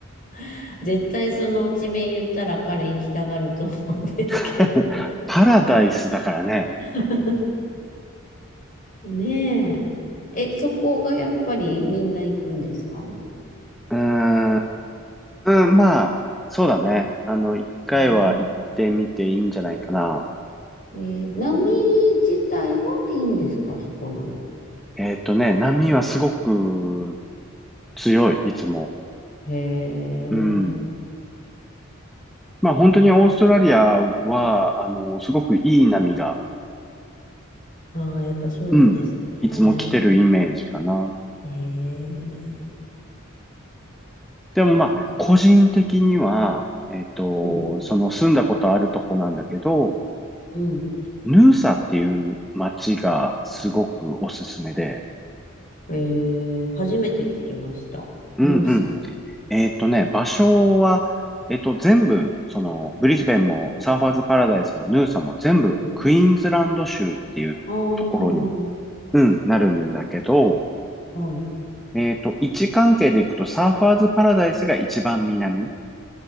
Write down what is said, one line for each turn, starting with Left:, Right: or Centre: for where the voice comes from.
Left: <laughs> 絶対その地名言ったら彼行きたがると思うんですけど。
Centre: <laughs> パラダイスだからね。
Left: <laughs> ねえ。え、そこがやっぱりみんな行くんですか
Centre: うーん。うん、まあ、そうだね。あの、一回は行ってみていいんじゃないかな。
Left: うんえー波自体はいいんですかそこの。
Centre: えーっとね、波はすごく強い、いつも。
Left: へえ、
Centre: うん。まあ本当にオーストラリアは、
Left: そうなん、
Centre: あの、すごくいい波が、
Left: ああ、やっぱそうなんですね。
Centre: うん、いつも来てるイメージかな。
Left: へえ、
Centre: でもまあ、
Left: そっか。
Centre: 個人的には、えっと、
Left: うん、
Centre: その住んだことあるとこなんだけど、
Left: うん。
Centre: ヌーサっていう街がすごくおすすめで、
Left: へえ、初めて聞きました。
Centre: うんうん。
Left: ニューサ。
Centre: えーっとね、場所は、えっと、全部、その、ブリスベンも、サーファーズパラダイスのヌーサも全部、
Left: うん。
Centre: クイーンズランド州っていうところに、
Left: ああ、
Centre: うん、なるんだけど、
Left: はい。
Centre: えっと、位置関係でいくと、サーファーズパラダイスが一番南。